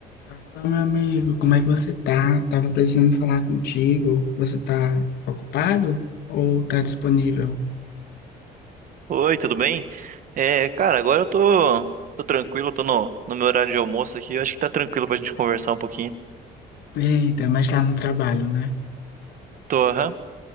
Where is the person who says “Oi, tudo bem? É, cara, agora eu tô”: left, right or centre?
Right